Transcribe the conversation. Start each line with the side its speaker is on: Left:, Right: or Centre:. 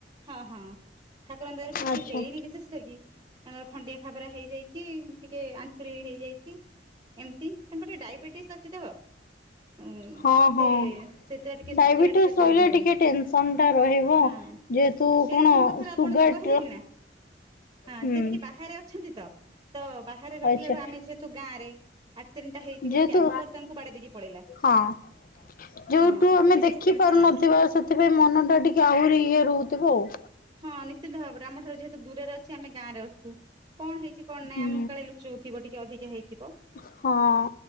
Right: ହଁ ହଁ ଠାକୁରଙ୍କ ଦୟାରୁ କିଛି
Left: ଆଚ୍ଛା।
Right: ହେଇନି ବିଶେଷ କରିକି ତାଙ୍କର ଖଣ୍ଡିଆ ଖାବରା ହେଇ ହେଇଛି ଟିକେ ଆଙ୍ଖୁରି ହେଇଯାଇଛି। ଏମତି ତାଙ୍କର ଟିକେ ଡାଇବେଟିସ ଅଛି ତ ଓ
Left: ହଁ ହଁ
Right: ସେ ସେଥିଟା ଟିକେ
Left: ଡାଇବେଟିସ୍
Right: ଶୁଖିବା ଟିକେ ସହଜ
Left: ରହିଲେ
Right: ହବନି
Left: ଟିକେ ଟେନସନ ଟା ରହିବ।
Right: ହଁ
Left: ଯେହେତୁ
Right: ଟେନସନ
Left: କଣ
Right: କଥାରୁ
Left: ସୁଗାର
Right: ଆପଣ ଯୋଉ କହିଲେନି
Left: ଟା
Right: ନା ହଁ
Left: ହୁଁ
Right: ସେ ଟିକେ ବାହାରେ ଅଛନ୍ତି ତ ତ ବାହାରେ ରହିଲାଳୁ
Left: ଆଚ୍ଛା
Right: ଆମେ ଯେହେତୁ ଗାଁ ରେ ଆକ୍ସିଡେଣ୍ଟଟା ହେଇଛି,
Left: ଯେହେତୁ
Right: ଗୋଟେ ଟ୍ୟାଙ୍କର ତାଙ୍କୁ ବାଡେଇ ଦେଇକି ପଳେଇଲା
Left: ହଁ ଯୋଉଠୁ
Right: ହଁ
Left: ଆମେ
Right: ସେଥିପାଇଁ
Left: ଦେଖି
Right: ଟିକେ ଟେନସନ
Left: ପାରୁନଥିବା
Right: ଆଉ
Left: ସେଥିପାଇଁ ମନ ଟା ଟିକେ ଆହୁରି ଇଏ ରହୁଥିବ ଆଉ।
Right: ହଁ ନିଶ୍ଚିନ୍ତ ଭାବରେ ଆମ ଠାରୁ ଯେହେତୁ ଦୂରରେ ଅଛି ଆମେ ଗାଁ ରେ ଅଛୁ କଣ ହେଇଛି କଣ ନାଇଁ
Left: ହୁଁ।
Right: ଆମକୁ କାଳେ ଲୁଚଉଥିବ ଟିକେ ଅଧିକା ହେଇଥିବ
Left: ହଁ